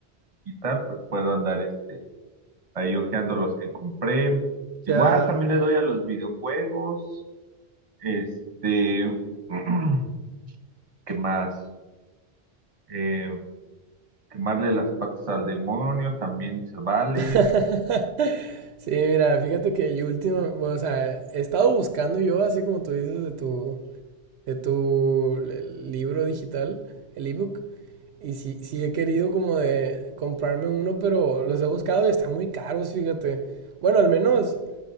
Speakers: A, on the right; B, on the right.
A: digital, pues puedo andar este, ahí hojeando los que compré. Igual
B: Ya.
A: también le doy a los videojuegos. Este, <clears throat> ¿Qué más? Eh, quemarle las patas al demonio también se vale.
B: <laughs> Sí, mira, fíjate que yo última, bueno, o sea, he estado buscando yo, así como tú dices, de tu, de tu le- libro digital, el ebook, y sí, sí he querido como de comprarme uno, pero los he buscado y están muy caros, fíjate. Bueno, al menos